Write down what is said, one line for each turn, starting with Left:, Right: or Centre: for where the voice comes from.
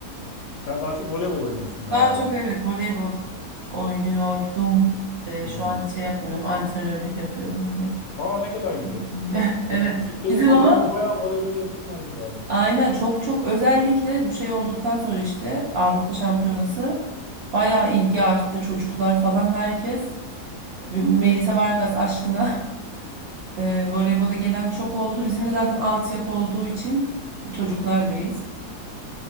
Left: Sen daha çok voleybol oynuyorsun galiba
Right: Daha çok
Left: ama.
Right: evet voleybol oynuyordum. Ee,
Left: Hmm.
Right: şu an şey yapmıyorum. Antrenörlük yapıyorum öyle.
Left: Aa ne kadar güzel.
Right: Bildiğin gibi. <laughs> Evet.
Left: Türk- Türkiye'de
Right: Bizim
Left: son
Right: ama
Left: dönemde bayağı voleybola yatırım oldu galiba.
Right: aynen çok çok özellikle bu şey olduktan sonra işte Avrupa Şampiyonası bayağı ilgi arttı. Çocuklar falan herkes Melisa Vargas aşkına <laughs> e, voleybola gelen çok oldu. Bizim de zaten altyapı olduğu için çocuklarlayız.